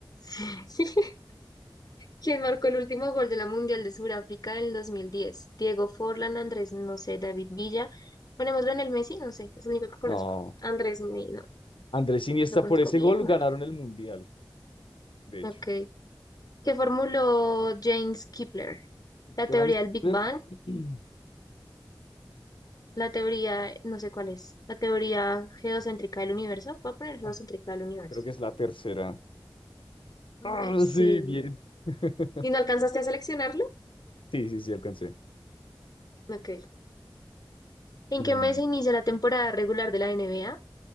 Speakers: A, on the left; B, on the left.
A: <laughs> ¿Quién marcó el último gol de la Mundial de Sudáfrica en el 2010? Diego Forlán, Andrés, no sé, David Villa. Ponémoslo en el Messi, no sé, es el único que conozco.
B: No,
A: Andrés, me- no,
B: Andrés Iniesta
A: lo conozco
B: por ese
A: bien
B: gol
A: mal.
B: ganaron el Mundial, de
A: Ok.
B: hecho.
A: que formuló James Kepler, la
B: Johannes
A: teoría del
B: Kepler,
A: Big Bang,
B: <clears throat>
A: la teoría, no sé cuál es, la teoría geocéntrica del universo. Voy a poner geocéntrica
B: ah,
A: del universo.
B: creo que es la tercera. Ah,
A: Ay, sí.
B: sí, bien. <laughs>
A: ¿Y no alcanzaste a seleccionarlo?
B: Sí, sí, sí, alcancé.
A: Ok. ¿En
B: Mm,
A: qué mes se inicia la temporada regular de la NBA?